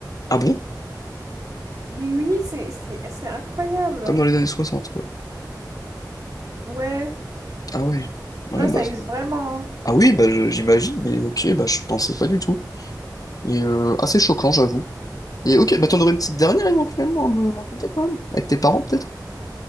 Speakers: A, on the left; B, on the right.
A: Ah bon?
B: Mais oui, c'est c'est- c'est incroyable. hein.
A: Comme dans les années soixante quoi.
B: Ouais,
A: Ah ouais. Ouais,
B: non,
A: bah...
B: ça
A: ça-
B: existe vraiment. hein.
A: Ah oui, bah je- j'imagine, mais ok, bah je pensais pas du tout. Et euh, assez choquant, j'avoue. Et ok, bah t'en aurais une petite dernière éventuellement à me raconter quand même? Avec tes parents, peut-être?